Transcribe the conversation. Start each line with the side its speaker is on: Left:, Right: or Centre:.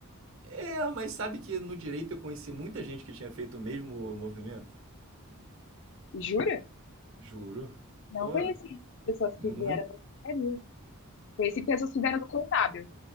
Right: É, mas sabe que no direito eu conheci muita gente que tinha feito o mesmo movimento?
Left: Jura?
Right: Juro.
Left: Não
Right: Pô,
Left: conheci pessoas
Right: muito,
Left: que vieram da engenharia. Conheci pessoas que vieram do contábil.